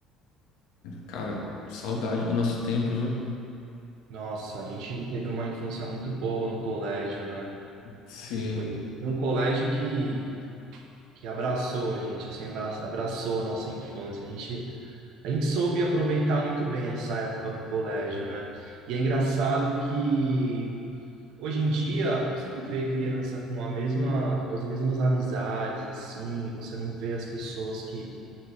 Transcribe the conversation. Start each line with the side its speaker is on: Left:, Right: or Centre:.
Left: Cara, saudade do nosso tempo, viu?
Right: Nossa, a gente teve uma infância muito boa no colégio, né?
Left: Sim.
Right: Foi um colégio que, que abraçou a gente, assim, abra- abraçou a nossa infância. A gente, a gente soube aproveitar muito bem essa época do colégio, né? E é engraçado que hoje em dia você não vê criança com a mesma, com as mesmas amizades, assim, você não vê as pessoas que